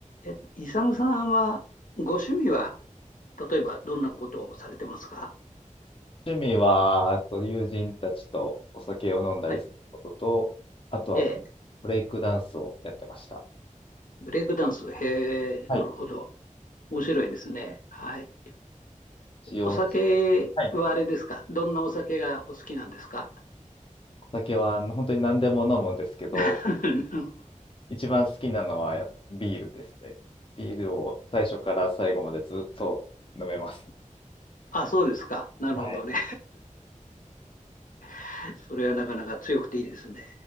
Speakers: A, on the left; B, on the left.
A: え、イサムさんは、ご趣味は、例えばどんなことをされてますか
B: 趣味は、あと友人たちとお酒を飲んだりすることと、
A: はい。
B: あとは
A: ええ、
B: ブレイクダンスをやってました。
A: ブレイクダンス。へえ、
B: はい。
A: なるほど。面白いですね。はい。
B: 一応、
A: お酒はあれですかどんなお酒がお好きなんですか
B: はいお酒はあの本当に何でも飲むんですけど、
A: <laughs>
B: 一番好きなのはやっぱビールですね。ビールを最初から最後までずっと飲めます。
A: あ、そうですか。なるほどね。
B: はい。
A: <laughs> それはなかなか強くていいですね。